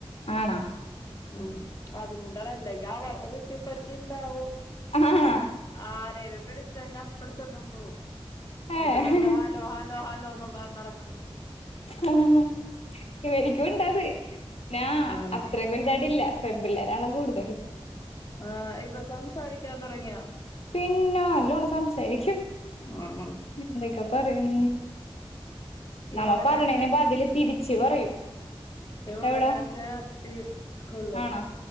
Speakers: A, on the left (about 75°); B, on the left (about 30°).
A: ആണോ
B: ഉം അതുകൊണ്ടാണ് അല്ലെങ്കിൽ ആ വളവ് എത്തി പറ്റിണ്ടാവും
A: ആഹ്
B: ആരേലും വിളിച്ച് കഴിഞ്ഞാപ് എടുത്തോണ്ടും പോവും എന്നിട്ട്
A: ഏഹ്
B: വെറുതെ ഹാലോ ഹാലോ ഹാലോന്ന് പറഞ്ഞ് നടക്കും
A: ആഹ് ഇവരിക്കുണ്ടത് ന്നാ
B: ആണോ
A: അത്രക്ക്‌ വ ലുതായിട്ട് ഇല്ല പെമ്പിള്ളെരാണ് കൂടുതലും
B: ആഹ് ഇപ്പൊ സംസാരിക്കാൻ തൊടങ്ങിയാ?
A: പിന്നോ നല്ലോണം സംസാരിക്കും
B: ആണോ
A: <unintelligible> പറയും നമ്മ
B: ഇവളെ
A: പറണേന്
B: ഞാൻ
A: ബതില് തിരിച്ച് പറയും
B: ഇവളെ
A: എവിടാ
B: ഞാൻ ചേർത്തി സ്കൂളില്
A: ആണോ